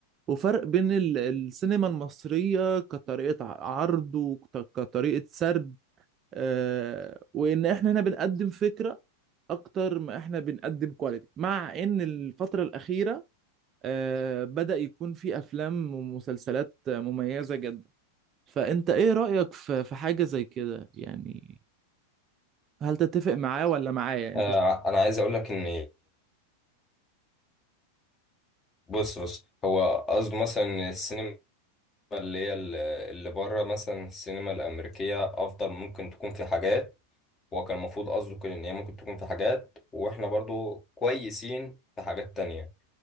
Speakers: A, on the right (about 30°); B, on the left (about 20°).
A: وفرق بين ال- السينما المصرية كطريقة ع- عرض وكطريقة سرد آه، وإن إحنا هنا بنقدم فكرة أكتر ما إحنا بنقدم كواليتي مع إن الفترة الأخيرة آه، بدأ يكون في أفلام ومسلسلات مميزة جدا فأنت إيه رأيك في في حاجة زي كده يعني هل تتفق معاه ولا معايا
B: آه،
A: أنت ش-
B: انا عايز اقول لك ان بص بص هو قصده مثلا إن السينما اللي هي ال- اللي بره مثلا السينما الامريكيه افضل ممكن تكون في حاجات هو كان المفروض قصده كده ان هي ممكن تكون في حاجات واحنا برضو كويسين في حاجات تانية